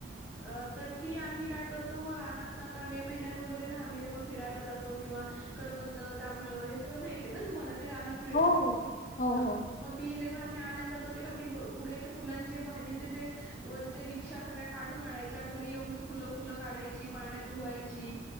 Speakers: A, in the centre; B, on the left.
A: अ तर ती आम्ही काय करतो मग, रानात आता मे महिन्यात वगैरे ना, आम्ही जेव्हा फिरायला जातो किंवा करवंद जांभळ, हे सगळं माहती आहे ना तुम्हाला, ते रानात मिळतात,
B: हो हो. हो
A: हा
B: हो
A: मग ती जेव्हा आम्ही आणायला जातो, तेव्हा ती कुड्याचे फुलांचे भाजीचे ते वरचे दीक्षांसा सगळ्या काढून आणायच्या, घरी येऊन ती फुलं फुलं काढायची, पाण्यात धुवायची